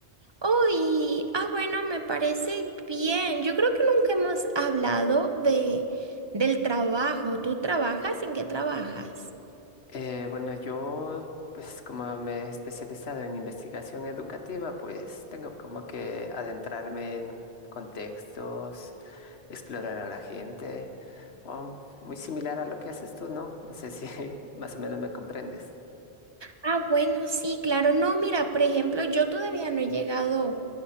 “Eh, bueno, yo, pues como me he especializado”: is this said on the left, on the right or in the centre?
Left